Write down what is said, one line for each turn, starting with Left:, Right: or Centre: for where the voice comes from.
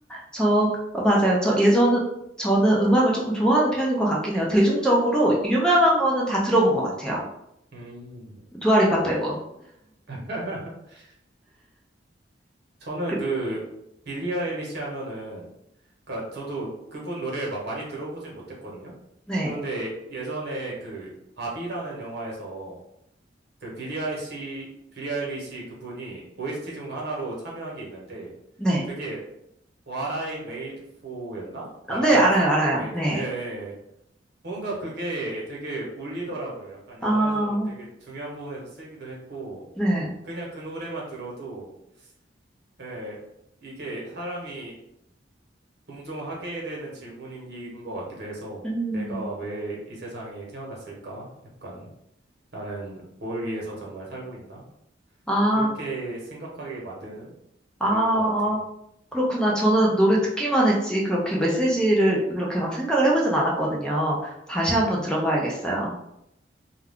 Centre: 저, 맞아요. 저 예전은, 저는 음악을 조금 좋아하는 편인 것 같긴 해요. 대중적으로 유명한 거는 다 들어본 것 같아요.
Right: 음.
Centre: 두아리파 빼고.
Right: <laughs> 저는
Centre: 그,
Right: 그 빌리 아일리시 하면은 그러니까 저도 그분 노래를 막 많이 들어보진 못했거든요.
Centre: 네,
Right: 그런데 예전에 그 바비라는 영화에서 그 빌리 아일리시 빌리 아일리시 그분이 OST 중 하나로 참여한 게 있는데
Centre: 네.
Right: 그게 What I Made For였나? What
Centre: 어, 네,
Right: I
Centre: 알아요, 알아요.
Right: Made
Centre: 네.
Right: For. 예. 예. 뭔가 그게 되게 울리더라고요. 약간
Centre: 아,
Right: 영화에서 되게 중요한 부분에서 쓰이기도 했고
Centre: 네.
Right: 그냥 그 노래만 들어도 네, 이게 사람이 종종 하게 되는 질문인 것 같기도 해서
Centre: 음.
Right: 내가 왜 이 세상에 태어났을까? 약간 나는 뭘 위해서 정말 살고 있나?
Centre: 아,
Right: 그렇게 생각하게 만드는 노래인
Centre: 아, 어.
Right: 것 같아요.
Centre: 그렇구나. 저는 노래 듣기만 했지, 그렇게 메시지를 그렇게 막 생각을 해보진 않았거든요. 다시 한번 들어봐야겠어요.